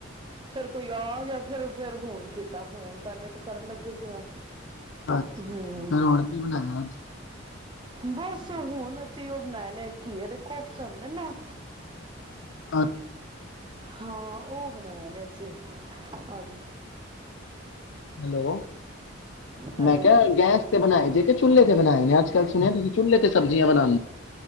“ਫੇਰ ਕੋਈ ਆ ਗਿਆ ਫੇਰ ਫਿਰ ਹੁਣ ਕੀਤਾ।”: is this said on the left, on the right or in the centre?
Right